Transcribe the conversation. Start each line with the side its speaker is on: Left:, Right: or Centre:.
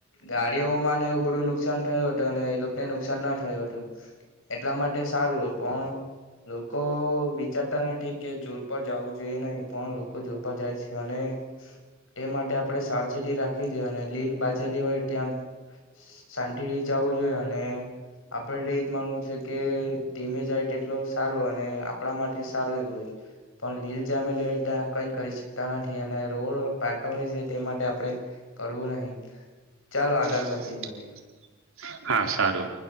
Left: ગાડીઓમાંને એવું બધું નુકસાન થયું હતું અને એ લોકોને નુકસાન ના થયું હતું એટલા માટે સારું પણ લોકો વિચારતા નથી કે જોર પર જવું જોઈએ નહી પણ લોકો જોર પર જાય છે અને તે માટે આપણે સાવચેતી રાખવી જોઈએ અને લીલ બાજેલી હોય ત્યાં સાંતિ ર જવું જોઈએ અને આપડે એજ માનવું છે કે ધીમે જાય તેટલો સારું હો આપણા માટે સારું એ હોય પણ લીલ જામેલી હોય ત્યાં કઈ કરી શકતા નથી અને રોડ પાકા હોય છે તે માટે આપણેે કરવું નહી. ચાલો
Right: <unintelligible>
Left: આગળ વધીએ મળીએ.
Right: હા સારું.